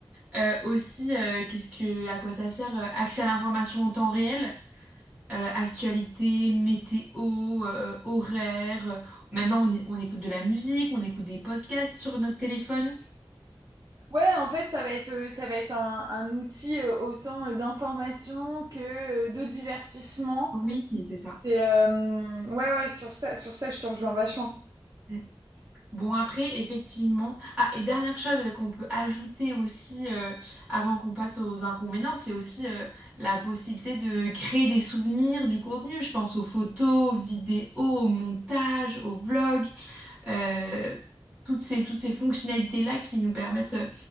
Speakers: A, on the right (about 15°); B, on the right (about 45°).
A: Euh, aussi, euh, qu'est-ce que, à quoi ça sert? euh, accès à l'information en temps réel, euh, actualité, météo, euh, horaire. euh, Maintenant, on, y- on écoute de la musique, on écoute des podcasts sur notre téléphone.
B: Ouais, en fait, ça va être, euh, ça va être un, un outil euh, autant euh, d'information que euh, de divertissement.
A: Oui, c'est ça.
B: C'est euh, ouais, ouais, sur ça, sur ça, je te rejoins vachement.
A: Mm. Bon, après, effectivement. Ah, et dernière chose qu'on peut ajouter aussi euh, avant qu'on passe aux inconvénients, c'est aussi euh, la possibilité de créer des souvenirs, du contenu. Je pense aux photos, aux vidéos, au montage, aux vlogs. euh, toutes ces, toutes ces fonctionnalités-là qui nous permettent euh,